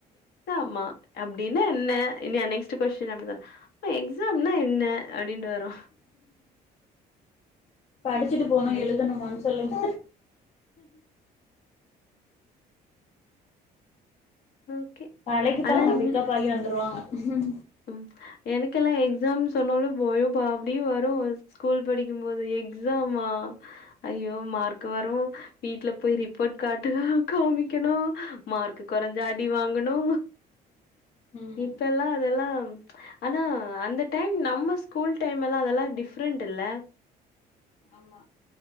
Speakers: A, on the left (about 70°); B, on the left (about 40°).
A: ஆமா அப்படின்னா என்ன இனா நெக்ஸ்ட் கொஸ்டின் அப்டின்ன இப்ப எக்ஸாம்னா என்ன அப்படின்னுடு வரு
B: படிச்சுட்டு போகணு
A: சேரி
B: எழுதணுமான் சொல்லுங்க
A: ஓகே
B: கழைக்குப்பாங்க
A: ஆனா ம்
B: பிக்கப் ஆகி வந்துருவாங்க ஹ
A: ம் எனக்கெல்லா எக்ஸா சொன்னாலு போய பா அபடியே வரு ஸ்கூல் படிக்கும் போது எக்ஸாமா ஐயோ மார்க் வரு வீட்ல போய் ரிப்போர்ட் கார்ட காமிக்கணு மார்க்கு கொறைஞ்சா அடி வாங்கனு
B: ம்
A: இப்பெல்லா அதெல்லா ஆனா அந்த டைம் நம்ம ஸ்கூல் டைம் எல்லா அதெல்லா டிஃரென்ட் இல்ல
B: ஆமா